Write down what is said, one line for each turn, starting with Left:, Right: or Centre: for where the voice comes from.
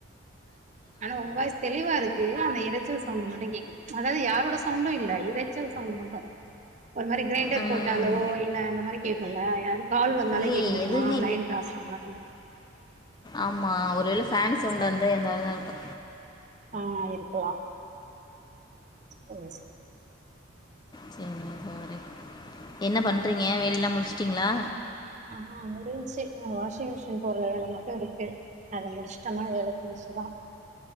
Right: ஆனா உங்க வாய்ஸ் தெளிவா இருக்கு அந்த இரைச்சல் சவுண்ட் மட்டு கேக்குது அதாது யாரோட சவுண்டும் இல்ல இரைச்சல் சவுண்ட் மட்டு ஒரு மாரி கிரைண்டர்
Left: ம்
Right: போட்டாலோ இல்ல அந்த மாரி கேட்குல்ல கால் வந்தாலே
Left: இல்லையே
Right: கேட்கு தெரியுமா?
Left: எதுவுமே
Right: லைன் கிராஸ் ஆனா அந்த மாதரி
Left: ஆமா ஒருவேள ஃபேன் சவுண்டா இருந்தா எதாவதா இருக்கு
Right: ஆ இருக்கலா சேரி சேரி
Left: சேரிங்க சகோதரி, என்ன பண்றீங்க வேலைல்லா முடிச்சிடீங்களா
Right: ஆ முடிஞ்ச்சி இன்னு வாஷிங் மிஷின் போட்ற வேல மட்டு இருக்கு அத முடிச்சு ட்டனா வேல முடிஞ்ச்சு தா